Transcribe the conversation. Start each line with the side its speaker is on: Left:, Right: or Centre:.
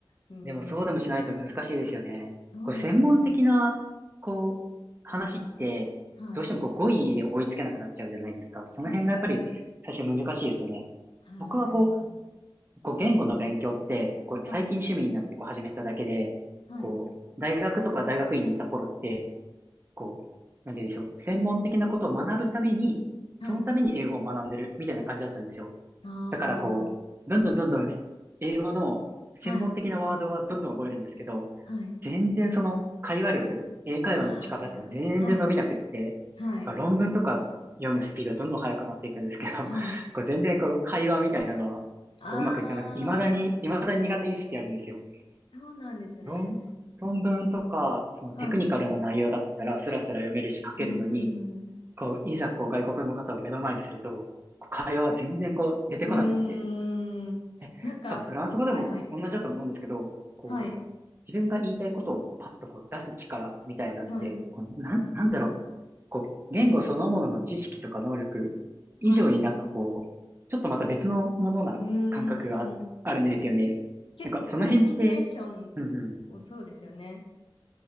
Left: うー
Right: でもそうでもしないと難しいですよね。
Left: ん、そうですね。
Right: こう、専門的な、こう、話って、
Left: はい。
Right: どうしてもこう語彙で追いつけなくなっちゃうじゃないですか。
Left: そうですね。
Right: その辺がやっぱり最初難しいですよね。
Left: はい、
Right: 僕はこ
Left: も
Right: う、こう言語の勉強って、こう最近趣味になってこう始めただけで、
Left: う。はい、はい、
Right: こう、大学とか大学院にいた頃って、こう、なんて言うんでしょう、専門的なことを学ぶために、
Left: はい。
Right: そのために英語を学んでるみたいな感じだったんですよ。
Left: ああ、
Right: だからこう、どんどんどんどん英語の専門的なワードはどんどん覚えるんですけど、
Left: はい、はい。
Right: 全然その会話力、英会話の力っていうのは全然伸びなくって、
Left: ああ、はい、はい、
Right: だから論文とか読むスピードはどんどん速くなっていくんですけど、
Left: はい。
Right: <laughs> こう全然こう会話みたいなのはこううまくいかなくて、
Left: ああ、
Right: 未だに、未だに苦手意識あるんですよ。
Left: そうなんですね。
Right: 論、論文とか、そのテクニカルな内容だったらスラスラ読めるし書けるのに、
Left: はい。うーん。
Right: こう、いざこう外国の方を目の前にすると、こう会話は全然こう出てこなくて、
Left: うーん。
Right: え、
Left: なんか、
Right: 多分フランス語でも同じだと思うんですけど、
Left: はい、はい、
Right: こう、
Left: はい、
Right: 自分が言いたいことをこうパッとこう出す力みたいなんて、
Left: はい、
Right: こう、なん、なんだろう。こう、言語そのものの知識とか能力以上になんかこう、
Left: はい。
Right: ちょっとまた別のものな感覚があ、
Left: うーん。
Right: あるんですよね。
Left: 結構コミュニケーション
Right: なんかその辺って、うんうん。
Left: をそうですよね。